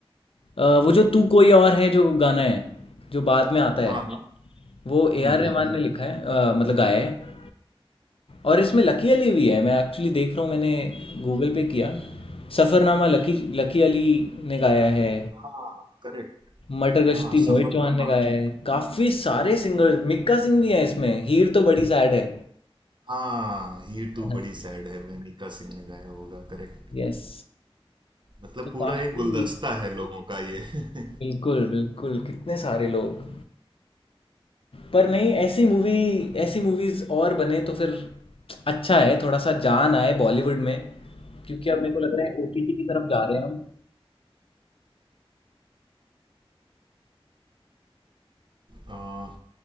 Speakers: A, on the left; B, on the right.
A: अ, वो जो तू कोई और है जो गाना है जो बाद में आता है
B: हाँ हाँ
A: वो ए
B: हम्म
A: आर
B: हम्म
A: रहमान
B: हम्म
A: ने लिखा है अ, मतलब गाया है और इसमें लकी अली भी है मैं एक्चुअली देख रहा हूँ मैंने गूगल पे किया सफ़रनामा लकी लकी अली ने गाया है
B: हाँ करेक्ट
A: मटर गश्ती
B: हाँ
A: मोहित
B: सफरनामा
A: चौहान ने गाया है काफ़ी सारे सिंगर्स मिक्का सिंह भी है इसमें हीर तो बड़ी सैड है
B: हाँ ये तो
A: <laughs>
B: बड़ी सैड है मैं मीका सिंह ने गाया होगा करेक्ट
A: यस
B: मतलब
A: तो
B: पूरा
A: काफ़ी
B: एक गुलदस्ता है लोगों का ये <laughs>
A: बिल्कुल बिल्कुल कितने सारे लोग पर नहीं ऐसी मूवी ऐसी मूवीज और बने तो फिर अच्छा है थोड़ा सा जान आए बॉलीवुड में क्योंकि अब मेरे को लग रहा है ओटीटी की तरफ जा रहे हैं हम
B: आ,